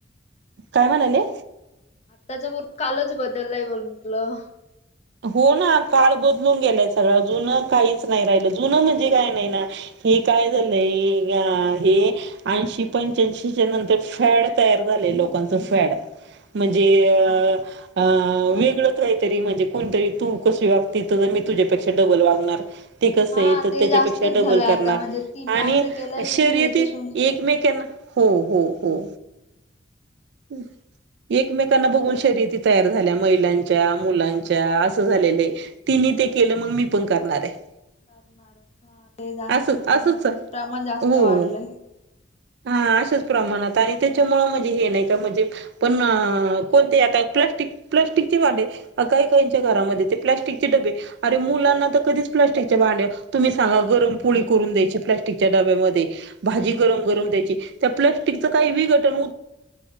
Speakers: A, on the right (about 60°); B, on the left (about 35°).
A: काय म्हणाले?
B: आत्ताच पूर्ण कालच बदललाय ब म्हटलं.
A: हो ना काळ बदलून गेलाय सगळा. जुनं काहीच नाही राहिलं जुनं म्हणजे काय नाही ना हे काय झालंय हे ऐंशी पंच्याऐंशीच्या नंतर फॅड तयार झा लोकांचं फॅड म्हणजे
B: हा.
A: अ अ वेगळ काहीतरी म्हणजे कोणतरी तू कशी वागती, तर मी तुझ्यापेक्षा डबल वागणार. ते कसं
B: हा
A: आहे तर
B: ते
A: त्याच्यापेक्षा
B: जास्तच
A: डबल
B: झालंय
A: करणार
B: आता म्हणजे तिने
A: आणि
B: असं केलंय मी
A: शर्यती
B: ह्याच्याशून
A: एकमेकांना हो, हो, हो. हम्म. एकमेकांना बघून शर्यती तयार झाल्या. महिलांच्या, मुलांच्या अस झालेल हाय. तिन ते केलं तर मग मी पण करणार आहे.
B: करणार हा ते जास्तच
A: असं
B: झालंय
A: असंच
B: आता
A: हो.
B: ते प्रमाण जास्तच वाढलंय हे.
A: हा अशाच प्रमाणात आणि त्याच्यामुळं म्हणजे हे नाही म्हणजे पण कोण ते आता प्लास्टिक प्लास्टिकची भांडी काही काहीच्या घरामध्ये प्लास्टिकचे डबे अरे मुलांना तर कधीच प्लास्टिकच्या भांड्यात तुम्ही सांगा गरम पोळी करून द्यायचे. प्लॅस्टिकच्या डब्यामध्ये भाजी गरम, गरम द्यायची. त्या प्लस्टिकच काही विघटन हु